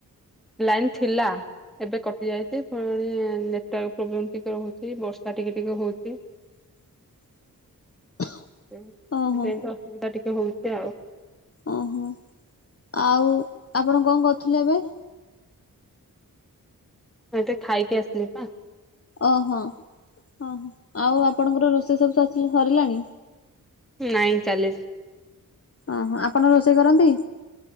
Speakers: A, in the centre; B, on the left.
A: ଲାଇନ ଥିଲା। ଏବେ କଟି ଯାଇଚି ପୁଣି ନେଟୱାର୍କ ପ୍ରୋବ୍ଲେମ ଟିକେ ରହୁଚି ବର୍ଷା ଟିକେ ଟିକେ ହଉଚି।
B: <inaudible>
A: ହଁ
B: ଓହୋ
A: ସେମିତି ଅସୁବିଧା ଟିକେ ହଉଚି ଆଉ।
B: ଓହୋ ଆଉ ଆପଣ କଣ କରୁଥିଲେ ଏବେ?
A: ମାଇତ ଖାଇକି ଆସି ଥିଲି ବା।
B: ଓହୋ ଓହ ଆଉ ଆପଣଙ୍କର ରୋଷେଇ ସବୁ ସରିଲାଣି?
A: ନାଇଁ ଚାଲିଚି।
B: ଓହୋ ଆପଣ ରୋଷେଇ କରନ୍ତି?